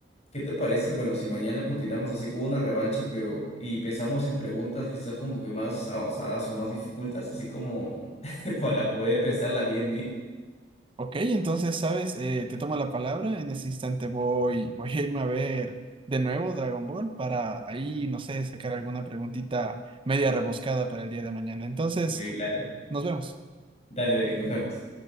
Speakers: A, on the left; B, on the right.
A: ¿Qué te parece? Bueno, si mañana continuamos así con una revancha, pero y pensamos en preguntas quizás como que más avanzadas o más dificultas, así como <laughs> para poder pensarla bien, bien.
B: Ok, entonces, ¿sabes? Eh, te tomo la palabra. En ese instante voy, voy a irme a ver de nuevo Dragon Ball para ahí, no sé, sacar alguna preguntita media rebuscada para el día de mañana. Entonces,
A: Sí, dale,
B: nos vemos.
A: dale, Eric, nos vemos.